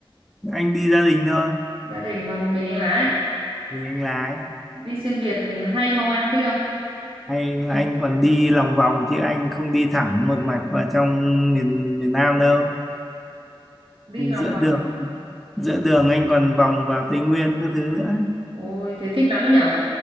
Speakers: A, in the centre; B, on the right (about 70°).
A: Ờ, anh đi gia đình thôi.
B: Gia đình và một mình anh lái.
A: thì anh lái
B: Đi xuyên Việt hay không anh? Thích không?
A: hay là anh còn đi lòng vòng chứ anh không đi thẳng một mạch vào trong miền miền Nam đâu
B: Đi lòng
A: giữa
B: vòng.
A: đường giữa đường anh còn vòng vào Tây Nguyên các thứ nữa
B: Ôi, thế thích lắm ấy nhở?